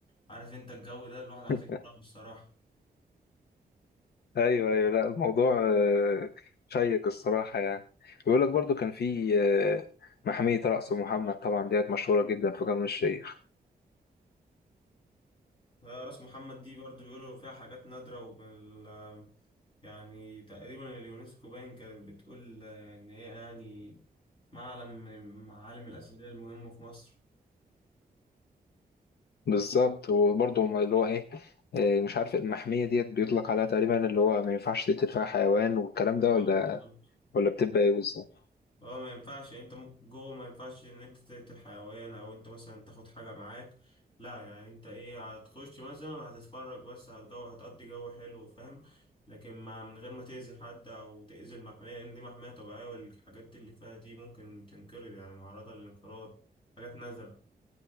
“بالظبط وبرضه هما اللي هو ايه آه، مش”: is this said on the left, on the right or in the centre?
Left